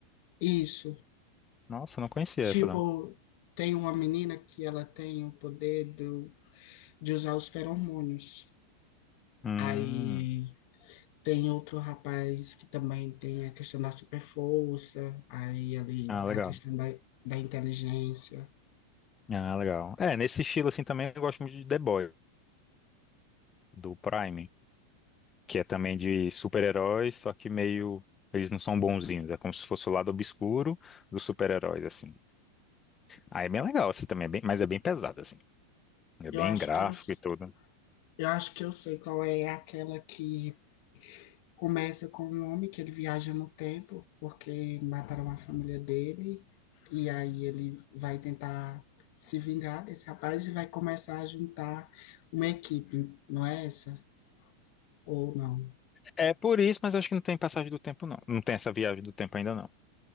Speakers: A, on the left; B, on the left.
A: isso,
B: Nossa, não conhecia
A: tipo,
B: essa, não.
A: tem uma menina que ela tem o poder do, de usar os feromônios.
B: Hum,
A: Aí Tem outro rapaz que também tem a questão da super força, aí ali
B: ah,
A: a
B: legal.
A: questão da, da inteligência.
B: Ah, legal. É, nesse estilo assim também eu gosto muito de The Boys, do Prime, que é também de super-heróis, só que meio. Eles não são bonzinhos, é como se fosse o lado obscuro dos super-heróis, assim. Aí é bem legal, assim, também, é bem, mas é bem pesado, assim. É
A: Eu
B: bem
A: acho
B: gráfico
A: que eu, s-
B: e tudo.
A: eu acho que eu sei qual é aquela que começa com um homem que ele viaja no tempo porque mataram a família dele e aí ele vai tentar se vingar desse rapaz e vai começar a juntar uma equipe, não é essa? Ou não?
B: É por isso, mas acho que não tem passagem do tempo, não. Não tem essa viagem do tempo ainda, não.